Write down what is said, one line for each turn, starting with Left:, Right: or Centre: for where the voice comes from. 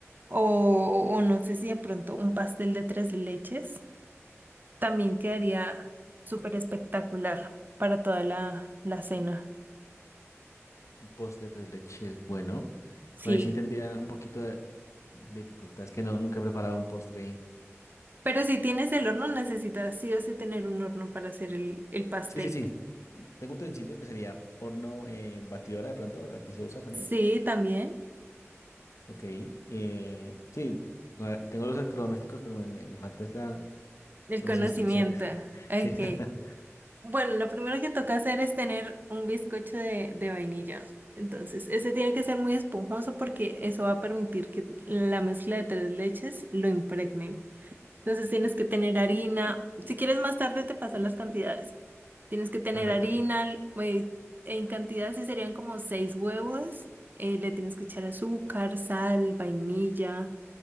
Right: o, o no sé si de pronto un pastel de tres leches. También quedaría súper espectacular para toda la, la cena.
Left: Un postre de tres leches, bueno.
Right: Sí.
Left: Bueno, ahí sí tendría un poquito de dificultad, es que no, nunca he preparado un postre y...
Right: Pero si tienes el horno, necesitas sí o sí tener un horno para hacer el, el pastel.
Left: Sí, sí, sí. Tengo utensilios que sería horno eh, batidora de pronto, aquí se usa también.
Right: Sí, también.
Left: Ok, eh, sí, la- tengo los electrodomésticos, pero me, me, me falta es la,
Right: El
Left: las
Right: conocimiento.
Left: instrucciones. <laughs>
Right: Ok.
Left: Sí, <laughs>
Right: Bueno, lo primero que toca hacer es tener un bizcocho de, de vainilla. Entonces, ese tiene que ser muy esponjoso porque eso va a permitir que la mezcla de tres leches lo impregnen. Entonces tienes que tener harina. Si quieres más tarde te paso las cantidades. Tienes que tener
Left: perfecto.
Right: harina, l- eh, en cantidad sí serían como seis huevos. eh, le tienes que echar azúcar, sal, vainilla.